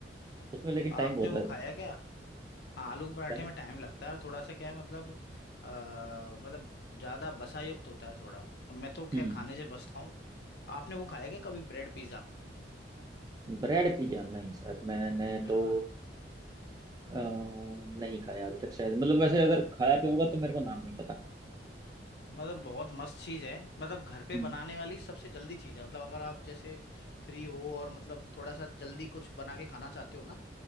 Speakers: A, on the right (about 20°); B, on the left (about 60°).
A: उसमें लेकिन टाइम
B: आपने
A: बहुत
B: वो
A: लगता
B: खाया
A: है
B: क्या हाँ आलू के पराठे
A: क्या?
B: में टाइम लगता है और थोड़ा सा क्या है मतलब आ, मतलब ज़्यादा बसा युक्त होता है थोड़ा मैं तो
A: हम्म
B: खैर खाने से बचता हूँ आपने वो खाया क्या कभी ब्रेड पिज़्ज़ा
A: ब्रेड पिज्जा नहीं सर मैंने
B: हाँ
A: तो अ, नहीं खाया अभी तक शायद मतलब वैसे अगर खाया भी होगा तो मेरे को नाम नहीं पता
B: मतलब बहुत मस्त चीज़ है मतलब घर पे
A: हम्म
B: बनाने वाली सबसे जल्दी चीज़ है मतलब अगर आप जैसे फ्री हो और मतलब थोड़ा सा जल्दी कुछ बना के खाना चाहते हो ना